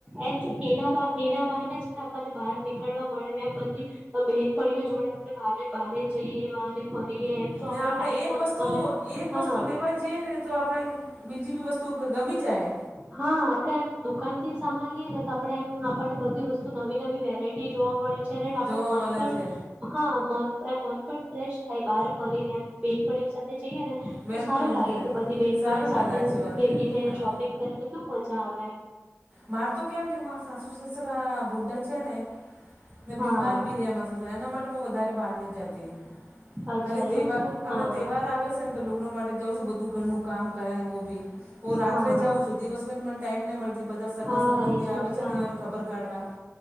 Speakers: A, on the right (about 20°); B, on the right (about 35°).
A: એમ એના એના કારણે છે, ને આપણને બહાર નીકળવા મળે એમ બધી. બેનપણીઓ જોડે આપણે બારે જઈએ એવાને ફરીએ. તો
B: ને
A: આપડે
B: આપણે
A: ટાઈમ
B: એક વસ્તુ
A: મળે
B: એક
A: હા
B: વસ્તુ લેવા જ. જેએ ને તો આપણે બીજી બી વસ્તુ ગમી જાય,
A: હા આપડે એમ દુકાન થી સામાન લઈએ નેતો આપડે એમ આપણને બધી વસ્તુ નવી નવી વેરાઈટી જોવા મળે. છે, ને આપણું
B: જોવા
A: મન
B: મળે
A: પણ.
B: છે
A: હા મન એમ મન પણ ફ્રેશ થાય, બહાર ફરીને એમ બેન ભણીઓ સાથે જઈએ. ને તો
B: બેનપણી
A: સારું લાગે
B: હાજી હા
A: કે બધી બહેનપણીઓ
B: સારું
A: સાથે
B: લાગે આછી વાત
A: ભેગી થઈને
B: હા
A: શોપિંગ કરે તો કેવું મજા આવે, એમ
B: મારે તો કેમ કે મા સાસુ સસરા બૂઢા છે, ને ને
A: હા
B: બીમાર ભીરે એમાં એના માટે હું વધારે બહાર નહી જતી.
A: અચ્છા
B: ખાલી
A: એવું
B: તહેવાર,
A: છે
B: આપણે
A: હા
B: તહેવાર આવે છે, ને તો લુગડો માટે જાઉ છું, બધું ઘરનું કામ કરે ને મોભી. હું રાત્રે
A: હા
B: જાઉં છું, દિવસ મને ટાઈમ નહીં મળે. બધા સગા-
A: હા
B: સંબંધી
A: એજ
B: આવે
A: પછી
B: છે,
A: હા
B: નહીંને ખબર કાઢવા.